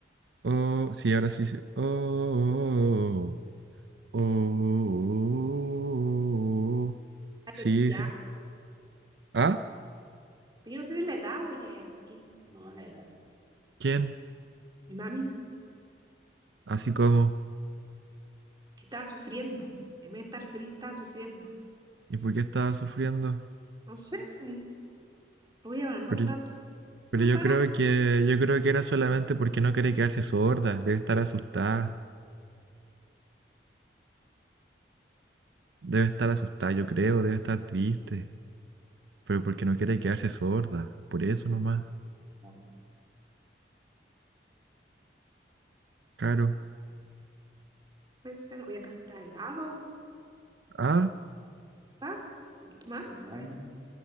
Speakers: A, on the right (about 75°); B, on the right (about 25°).
A: Oh, sí, ahora sí. se- Oh, oh, oh, oh. oh, oh, oh. Oh,
B: Está
A: sí,
B: lloriqueada.
A: sí. ¿Ah?
B: Pero yo no sé de la edad o ya es así. No, la edad.
A: ¿Quién?
B: Mi mami,
A: ¿Así como?
B: que estaba sufriendo. En vez de estar fría, estaba sufriendo.
A: ¿Y por qué estaba sufriendo?
B: No sé, pues, lo voy a llevar más
A: Pero,
B: rato.
A: pero
B: ¿Cómo está
A: yo
B: ahora?
A: creo que yo creo que era solamente porque no quería quedarse sorda. Debe estar asustada. Debe estar asustada, yo creo. Debe estar triste. Pero porque no quiere quedarse sorda. Por eso nomás.
B: Hola.
A: Caro.
B: Puede ser. Oye, acá está helado.
A: Ah,
B: ¿Va? Sí, ¿Más? hola, ahí.